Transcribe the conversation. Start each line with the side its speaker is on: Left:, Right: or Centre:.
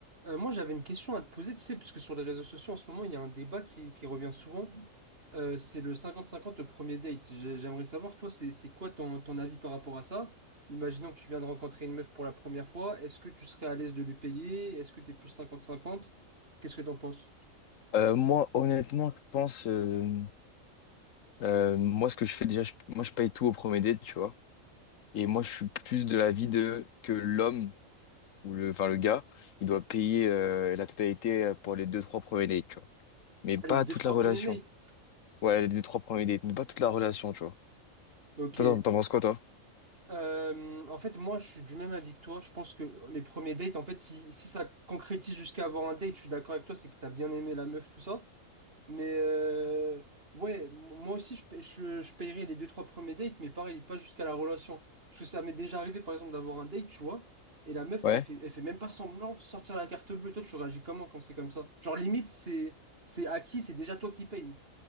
Right: Euh, moi, j'avais une question à te poser, tu sais, parce que sur les réseaux sociaux, en ce moment, il y a un débat qui, qui revient souvent. Euh, c'est le 50-50, le premier date. J'ai- J'aimerais savoir, toi, c'est, c'est quoi ton, ton avis par rapport à ça? Imaginons que tu viens de rencontrer une meuf pour la première fois. Est-ce que tu serais à l'aise de lui payer? Est-ce que t'es plus 50-50? Qu'est-ce que t'en penses?
Left: Euh, moi, honnêtement, je pense, euh, euh, moi, ce que je fais déjà, je- moi, je paye tout au premier date, tu vois. Et moi, je suis plus de l'avis de que l'homme ou le, enfin, le gars, il doit payer euh, la totalité euh, pour les deux, trois premiers dates, tu vois. Mais pas
Right: Allez, deux,
Left: toute
Right: trois
Left: la relation.
Right: premiers mates.
Left: Ouais, les deux, trois premiers dates, mais pas toute la relation, tu vois.
Right: Ok.
Left: Toi, t'en t'en penses quoi, toi?
Right: Euh, en fait, moi, je suis du même avis que toi. Je pense que les premiers dates, en fait, si, si ça concrétise jusqu'à avoir un date, je suis d'accord avec toi, c'est que t'as bien aimé la meuf, tout ça. Mais euh, ouais, m- moi aussi, je, paie- je, je paierais les deux, trois premiers dates, mais pareil, pas jusqu'à la relation. Parce que ça m'est déjà arrivé, par exemple, d'avoir un date, tu vois, et la meuf,
Left: Ouais.
Right: elle fait, elle fait même pas semblant de sortir la carte bleue. Toi, tu réagis comment quand c'est comme ça? Genre, limite, c'est, c'est acquis, c'est déjà toi qui payes.